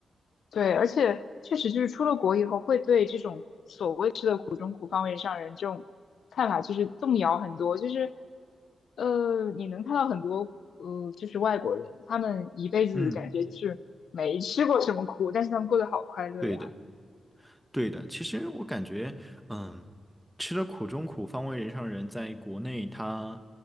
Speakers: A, on the left; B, in the centre.
A: 对，而且确实就是出了国以后，会对这种所谓吃的苦中苦，方为上人这种看法就是动摇很多。就是呃，你能看到很多呃，就是外国人，他们一辈子感觉就是没吃过什么苦，
B: 嗯。
A: 但是他们过得好快乐呀。
B: 对的。对的，其实我感觉，嗯，吃了苦中苦，方为人上人，在国内它